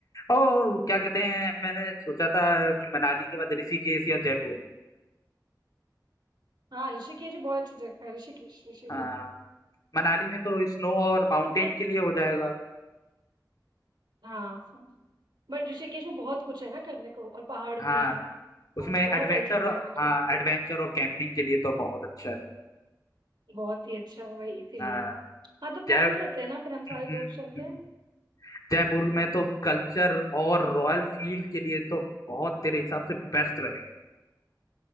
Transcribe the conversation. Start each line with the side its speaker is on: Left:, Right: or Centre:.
Left: और क्या कहते हैं मैंने सोचा था कि मनाली के बाद ऋषिकेश या जयपुर
Right: हाँ ऋषिकेश भी बहुत अच्छी जगह है ऋषिकेश ऋषिकेश
Left: हाँ मनाली में तो स्नो और माउंटेन
Right: तो एक
Left: के लिए हो जाएगा
Right: हाँ बट ऋषिकेश में बहुत कुछ है ना करने को और पहाड़ भी
Left: हाँ
Right: हैं
Left: उसमें
Right: और बहुत
Left: एडवेंचर
Right: सारी चीजें हैं वहाँ
Left: हाँ
Right: करने को
Left: एडवेंचर और कैंपिंग के लिए तो बहुत अच्छा है
Right: बहुत ही अच्छा है भाई इसीलिए
Left: हाँ
Right: हाँ तो प्लान
Left: जय
Right: करते हैं ना फिर हम सारे
Left: हम्म,
Right: दोस्त चलते
Left: हम्म।
Right: हैं
Left: जयपुर में तो कल्चर और रॉयल फील के लिए तो बहुत तेरे हिसाब से बेस्ट रहेगा